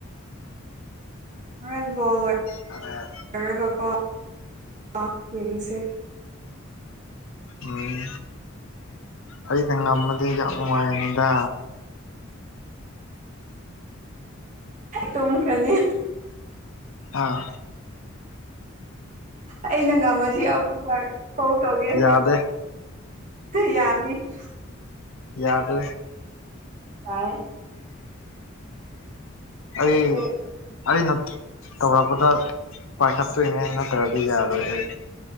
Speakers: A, on the right; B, on the left.
A: ꯍꯣꯔꯦꯜ ꯕꯣꯜ ꯂꯣꯏ
B: <inaudible>
A: <unintelligible> ꯌꯦꯡꯁꯦ
B: ꯎꯝ ꯑꯩꯅ ꯉꯝꯃꯗꯤ ꯌꯥꯝ ꯅꯨꯡꯉꯥꯏꯒꯅꯤꯗ
A: ꯇꯨꯝꯈ꯭ꯔꯅꯤ
B: ꯑꯥ
A: ꯑꯩꯅ ꯉꯝꯃꯗꯤ ꯑꯃꯨꯛꯀ ꯀꯣꯞ ꯇꯧꯒꯦ
B: ꯌꯥꯗꯦ
A: ꯌꯥꯅꯤ
B: ꯌꯥꯗꯣꯏ
A: ꯌꯥꯏꯌꯦ
B: ꯑꯩ
A: ꯑꯩꯁꯦ
B: ꯑꯩꯅ ꯇꯧꯔꯛꯄꯗ ꯄꯥꯏꯈꯠꯇꯣꯏꯅꯦ ꯅꯠꯇ꯭ꯔꯗꯤ ꯌꯥꯔꯣꯏ ꯑꯩ